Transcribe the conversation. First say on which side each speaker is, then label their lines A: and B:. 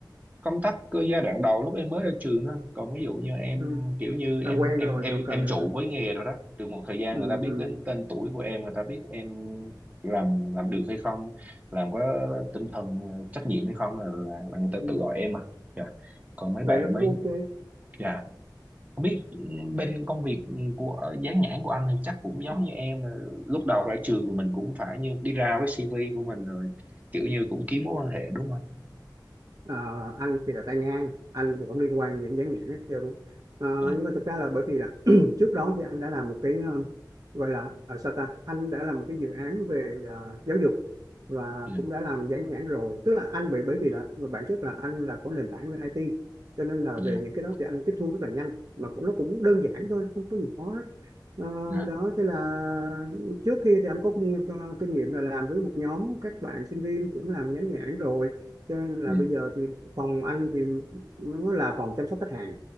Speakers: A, on the right (about 20°); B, on the right (about 50°).
A: công tác cơ giai đoạn đầu lúc em mới ra trường đó. còn ví dụ như em
B: ừ.
A: kiểu như
B: làm
A: em
B: quen
A: em
B: rồi
A: em
B: thì không cần
A: em
B: nữa
A: trụ
B: hả
A: với nghề rồi đó từ một thời gian
B: ừ,
A: người ta biết
B: ừ,
A: đến tên tuổi của em người ta biết em làm làm được hay không làm có tinh thần ờ, trách nhiệm hay không là là, là người ta
B: ừ.
A: tự gọi em à dạ còn mấy
B: vậy
A: bạn
B: là
A: mới
B: cũng ok
A: dạ Không biết bên công việc của dán nhãn của anh thì chắc cũng giống như em là lúc đầu ra trường thì mình cũng phải như đi ra với CV của mình rồi kiểu như cũng kiếm mối quan hệ đúng không?
B: Ờ, anh thì là tay ngang anh thì không liên quan đến dán nhãn hết trơn Ờ,
A: Dạ,
B: nhưng mà thực ra là bởi vì là <clears throat> trước đó thì anh đã làm một cái ờ, gọi là ở sao ta anh đã làm một cái dự án về ờ, giáo dục và
A: dạ,
B: cũng đã làm dán nhãn rồi tức là anh bị bởi vì là về bản chất là anh là có nền tảng về IT cho nên là
A: dạ,
B: về những cái đó thì anh tiếp thu rất là nhanh mà cũng nó cũng đơn giản thôi không có gì khó hết Ờ,
A: dạ,
B: đó thế là trước kia thì anh có kinh nghiệm, kinh nghiệm là làm với một nhóm các bạn sinh viên cũng làm dán nhãn rồi cho nên là
A: ừ, ừ,
B: bây giờ thì phòng anh thì nó là phòng chăm sóc khách hàng